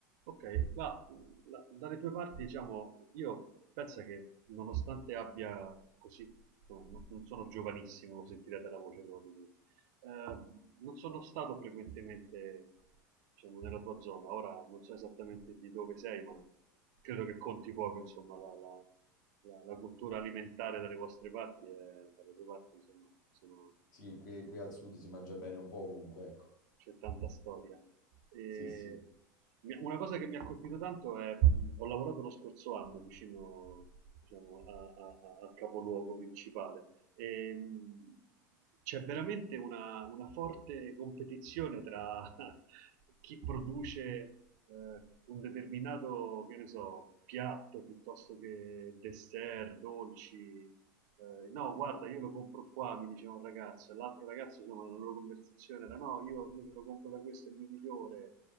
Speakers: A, on the right; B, on the left.
A: Ok, qua mh, la- dalle tue parti, diciamo, io penso che nonostante abbia così, insomma, no- non sono giovanissimo, lo sentirete la voce proprio, eh, non sono stato frequentemente, diciamo, nella tua zona. Ora non so esattamente di dove sei, ma credo che conti poco, insomma, la, la- la- la cultura alimentare dalle vostre parti, e dalle tue parti, insomma, sono
B: Sì, qui, qui al sud si mangia bene un po' ovunque, ecco.
A: c'è tanta storia. E
B: Sì, sì.
A: mi- una cosa che mi ha colpito tanto è, ho lavorato lo scorso anno vicino, diciamo, a- a- a- al capoluogo principale e mh, c'è veramente una, una forte competizione tra <laughs> chi produce eh, un determinato, che ne so, piatto piuttosto che dessert, dolci, eh, no, guarda, io lo compro qua, mi diceva un ragazzo, e l'altro ragazzo, insomma, nella loro conversazione era no, io invece lo compro da questo, è migliore.